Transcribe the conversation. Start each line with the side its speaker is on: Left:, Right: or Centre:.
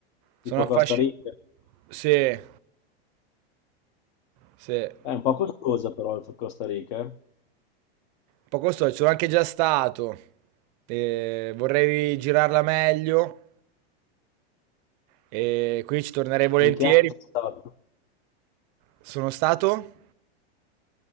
Right: Sono
Left: Tipo
Right: affascinato.
Left: Costa Rica?
Right: Sì, sì. Un
Left: È un po' costosa però il Costa Rica, eh.
Right: po' costoso, ci sono anche già stato. E vorrei girarla meglio. E qui ci tornerei volentieri.
Left: In che anno sei stato?
Right: Sono stato